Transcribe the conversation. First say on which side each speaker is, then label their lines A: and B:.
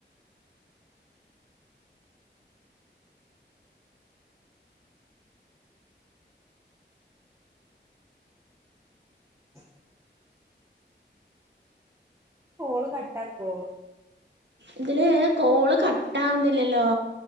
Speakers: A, on the right; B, on the right.
A: <inaudible> കോൾ കട്ടാക്കോ
B: ഇതില് കോള് കട്ടാവുന്നില്ലല്ലോ